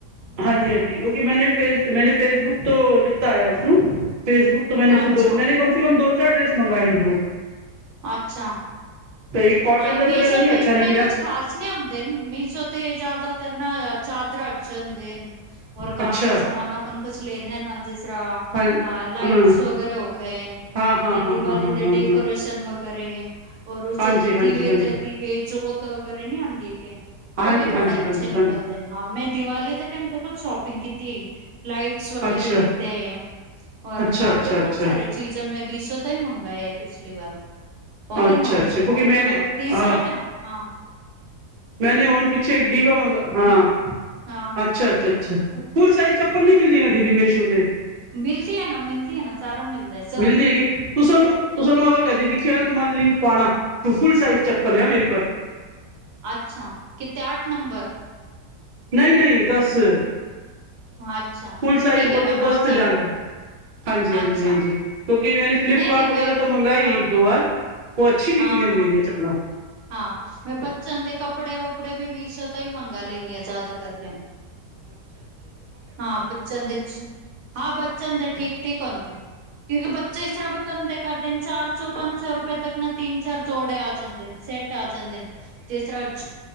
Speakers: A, on the right (about 50°); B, on the right (about 75°).
A: ਹਾਂਜੀ-ਹਾਂਜੀ ਕਿਉਂਕਿ ਮੈਨੇ ਫੇਸ ਮੈਨੇ ਫੇਸਬੁੱਕ ਤੋਂ ਲਿੱਤਾ ਹੋਇਆ ਓਸਨੂੰ ਫੇਸਬੁੱਕ ਤੋ ਮੈਂਨੋ
B: ਅੱਛਾ
A: ਸ ਦੋ, ਮੈਂਨੇ ਕੰਮ ਸੇ ਕੰਮ ਦੋ-ਚਾਰ ਡਰੇੈਸ ਮੰਗਾਏਨ ਉਧਰੋ।
B: ਅਛਾ,
A: ਤੇ ਇੱਕ
B: ਹਾਂ
A: ਦਾ
B: ਮਿਸ਼ੋ
A: ਤਾਂ ਮੇਰਾ ਨੀ
B: ਤੇ
A: ਅੱਛਾ
B: ਇਤਨੇ
A: ਨਿਕਲਿਆ
B: ਕੁਛ ਖਾਸ ਸ ਹੁੰਦੇਨ, ਮੀਸ਼ੋ ਤੇ ਜਿਆਦਾਤਰ ਨਾ ਚਾਦਰਾ ਅੱਛੇ ਹੁੰਦੇਨ। ਔਰ ਕਾਰ
A: ਅੱਛਾ
B: ਦਾ ਸਮਾਨ ਆਪਾਨ ਕੁਛ ਲੇਨਾ ਨਾ, ਜਿਸ ਰ੍ਹਾ
A: ਹਾਂ
B: ਹਾ ਲਾਈਟਸ
A: ਹਾਂ
B: ਵਗੈਰੇ ਹੋ ਗਏਨ,
A: ਹਾਂ ਹਾਂ
B: ਯਾ
A: ਹਾਂ
B: ਦਿਵਾਲੀ
A: ਹਾਂ ਹਾਂ ਹਾਂਜੀ
B: ਦੇ ਡੇਕੋਰੇਸ਼ਨ ਵਗੇਰੇ। ਔਰ ਉਸੇ'ਚ
A: ਹਾਂਜੀ ਹਾਂਜੀ
B: ਦੀਵੇ
A: ਹਾਂਜੀ
B: ਤੇ ਦੀਵੇ ਜੋਤ ਵਗੈਰਾ ਨੀ ਆੰਦੀ ਏ, ਕਿ
A: ਹਾਂਜੀ
B: ਓਹ ਵੀ
A: ਹਾਂਜੀ
B: ਥੋੜੇ ਅਛੇ
A: ਹਾਂਜੀ
B: ਨਿਕਲਦੇ
A: ਹਾਂਜੀ
B: ਨ, ਹਾਂ ਮੈ ਦੀਵਾਲੀ ਦੇ ਟੈਮ ਤੇ ਕੁਛ ਸ਼ੋਪਿੰਗ ਕੀਤੀ ਹਾਈ, ਲਾਈਟ ਟਸ ਵਗੈਰੇ
A: ਅੱਛਾ
B: ਲਿਤੇ ਐ, ਔਰ
A: ਅੱਛਾ
B: ਕਾਰ
A: ਅੱਛਾ
B: ਤੇ
A: ਅੱਛਾ
B: ਬਹੁਤ ਸਾਰੇ ਚੀਜਾ ਮੈ ਵੀਸ਼ੋ ਤੋ ਈ ਮੰਗਾਏ ਆਈ ਪਿਛਲੀ ਵਾਰ। ਹੋਗੇਨ
A: ਅੱਛਾ
B: ਨਾ ਹੁਣ
A: ਅੱਛਾ
B: ਉਸਨੂੰ
A: ਕਿਉਂਕਿ
B: ਬਹੁਤ
A: ਮੈਂਨੇ
B: ਦਿਨ, ਤੀਸਰਾ
A: ਹਾਂ
B: ਤਾ, ਹਾਂ-
A: ਮੈਂਨੇ ਹੁਨ ਪਿੱਛੇ ਇਕ ਡੀਵਾ ਮੰਗਾ, ਹਾਂ,
B: ਹਾਂ
A: ਅੱਛਾ-ਅੱਛਾ-ਅਛਾ।
B: ਉਹ
A: ਫੁਲ ਸਾਈਜ ਚੱਪਲ ਨਹੀ ਮਿਲਦੀ ਨਾ ਦੀਦੀ, ਮੀਸ਼ੂ ਤੇ।
B: ਮਿਲਦੀ ਏ ਨਾ, ਮਿਲਦੀ ਏ ਨਾ, ਸਾਰਾ ਮਿਲਦੈ।
A: ਮਿਲਦੀ ਹੈਗੀ, ਤੁੂਸਾਨੂੰ, ਤੂਸਾਨੂੰ ਅਗਰ ਕਦੇ ਦਿਖਿਆ ਨਾ ਤਾਂ ਮੰਨ ਲਿੰਕ ਪਾਣਾ, ਤੂੰ ਫੁਲ ਸਾਈਜ ਚੱਪਲ ਏ, ਆ ਮੇਰੀ ਪਰ।
B: ਅਛਾ, ਕਿੱਤੇ ਆਠ ਨੰਬਰ?
A: ਨਹੀ-ਨਹੀ, ਦੱਸ
B: ਅੱਛਾ
A: ਫੁਲ ਸਾਈਜ
B: ਠੀਕ
A: ਬੋਲੇ
B: ਹੈ ਮੈਂ
A: ਤ ਦਸ
B: ਪਾਸ
A: ਤੇ ਜਾਂਦਾ।
B: ਆਨਾ
A: ਹਾਂਜੀ-ਹਾਂਜੀ-ਹਾਂਜੀ,
B: ਅੱਛਾ
A: ਕਿਉਕਿ ਇੰਨਾ ਨੇ ਫਲਿਪਕਾਰਟ
B: ਨਹੀਂ ਨਹੀਂ
A: ਵਗੈਰਾ
B: ਮੈਂ
A: ਤੋਂ ਮੰਗਾਈ
B: ਹਾਂ
A: ਆਈ, ਇਕ-ਦੋ ਵਾਰ। ਉਹ ਅਛੀ ਨਿਕਲੀਆਂ
B: ਹਾਂ ਹਾਂ
A: ਨ ਮੇਰੀਆਂ ਚੱਪਲਾ।
B: ਹਾਂ, ਮੈ ਬੱਚਿਆ ਨ ਦੇ ਕੱਪੜੇ-ਵੱਪੜੇ ਵੀ ਮੀਸ਼ੋ ਤੋ ਹੀ ਮੰਗਾ ਲੈਂਨੀ ਆ, ਜਿਆਦਾ ਕਰਕੇ, ਹਾਂ ਬੱਚਿਆਂ ਦੇ'ਚ। ਹਾਂ ਬੱਚਿਆਂ ਦੇ ਠੀਕ-ਠੀਕ ਹੁੰਦੇਨ, ਕਿਉਕਿ ਬੱਚੇ ਇਸ ਤਰ੍ਹਾਂ ਵੀ ਗੰਦੇ ਕਰਦੇਨ, ਚਾਰ ਸੋ ਪੰਜ ਸੋ ਸੋ ਰੁਪਏ ਤੱਕ ਨਾ ਤਿੰਨ-ਚਾਰ ਜੋੜੇ ਆ ਜਾਂਦੇ ਨ, ਸੇਟ ਆ ਜਾਂਦੇਨ, ਜਿਸ ਤਰ੍ਹਾਂ